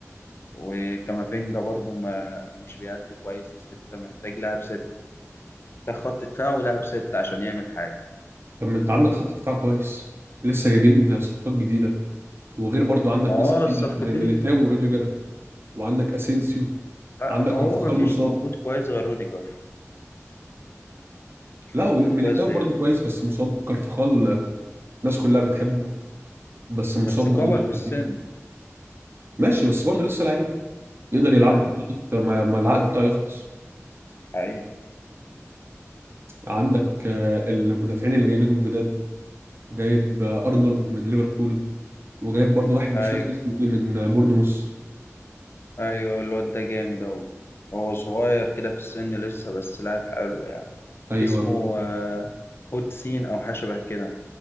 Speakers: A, on the left; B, on the right.
A: وكامافينجا برضو ما مش بيأدي كويس في ستة محتاج لاعب ستة ده خط دفاع ولاعب ستة عشان يعمل حاجة
B: طب ما انت عندك خط دفاع كويس لسه جايبين صفقات جديده وغير برضو عندك
A: ما هو
B: ناس قديمه
A: الصفقتين
B: زي ميليتاو
A: اللي جم
B: وروديجر
A: دول
B: وعندك اسينسيو
A: آه،
B: عندك
A: هو
B: كارفخال
A: ما فيش
B: مصاب
A: موجود كويس غير روديجر مش
B: لا
A: موجود
B: وال-
A: كويس
B: ميليتاو
A: غيره
B: برضو كويس بس مصاب كارفخال آه، الناس كلها بتحبه بس مصاب
A: بس كبر
B: برضو دلوقتي
A: في السن
B: ماشي بس برضو لسه لعيب يقدر يلعب
A: أيوة
B: لك لغايه ما ما العقد بتاعه يخلص
A: حقيقة
B: عندك آه، المدافعين اللي جايبينهم جداد جايب آه، ارنولد من ليفربول وجايب برضو واحد مش
A: أيوة
B: فاكر اسمه ايه من آه، بورنموث
A: أيوة الواد ده جامد أوي هو صغير كده في السن لسه بس لاعب حلو يعني
B: ايوه
A: اسمه
B: مظبوط
A: آه، هوتسين او حاجه شبه كده